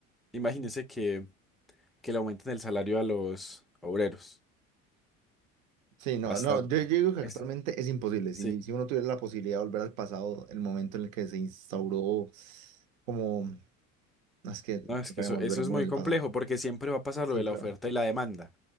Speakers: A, in the centre; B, on the right.
A: imagínense que, que le aumenten el salario a los obreros.
B: Sí, no,
A: Bastante.
B: no, yo, yo digo que
A: ¿Esto?
B: actualmente es imposible.
A: Sí.
B: Si, si uno tuviera la posibilidad de volver al pasado, el momento en el que se instauró como, "No, es que
A: No, es
B: tocaría
A: que eso,
B: volver
A: eso es
B: muy
A: muy
B: en el
A: complejo
B: pasado.
A: porque siempre va a pasar
B: Siempre,
A: lo de la oferta
B: va-
A: y la demanda.